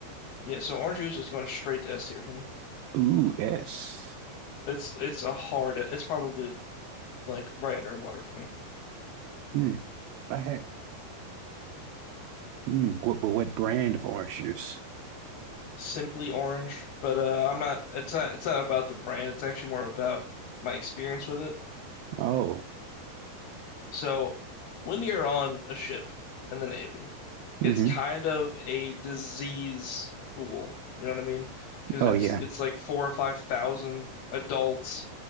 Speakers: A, on the left (about 65°); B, on the right (about 80°).
A: Yeah, so orange juice is going straight to S tier for me.
B: Ooh, yes.
A: It's it's a hard. It's probably like right under water for me.
B: Hmm. I had. Hmm. What? But what brand of orange juice?
A: Simply orange, but uh, I'm not. It's not. It's not about the brand. It's actually more about my experience with it.
B: Oh.
A: So, when you're on a ship in the Navy, it's
B: Mm-hmm.
A: kind of a disease pool. You know what I mean? Because
B: Oh
A: it's
B: yeah.
A: it's like four or five thousand adults